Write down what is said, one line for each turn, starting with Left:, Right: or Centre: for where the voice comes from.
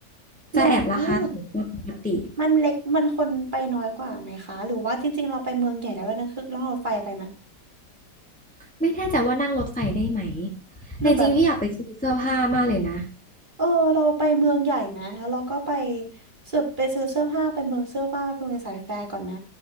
Right: หรือว่า
Centre: จะแอบราคาสูงกว่าปกติ
Right: มันเล็กมันคนไปน้อยกว่าไหมคะหรือว่าจริงๆเราไปเมืองใหญ่แล้วเรานั่งเครื่องนัองรถไฟไปไหม
Centre: ไม่แน่ใจว่านั่งรถไฟได้ไหม
Right: หรือแบบ
Centre: แต่จริงๆพี่อยากไปซื้อเสื้อผ้ามากเลยนะ
Right: เออเราไปเมืองใหญ่ไหมแล้วเราก็ไปซื้อไปซื้อเสื้อผ้าไปเมืองเสื้อผ้าไปเมืองสายแฟร์ก่อนไหม